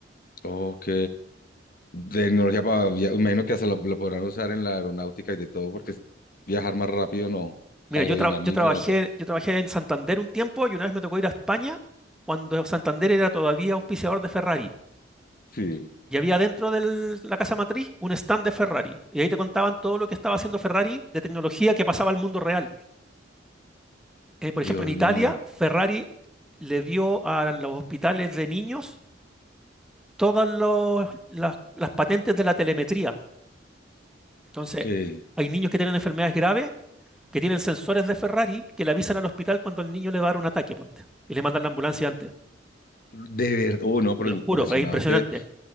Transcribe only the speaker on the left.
ok. Tecnología para, via- imagino que hasta lo, lo podrán usar en la aeronáutica y de todo, porque es- viajar más rápido, no.
Aerodinamismo,
de todo.
Sí.
Dios
mío.
Ok. De
verdad. Uh, no,
pero
impresionante.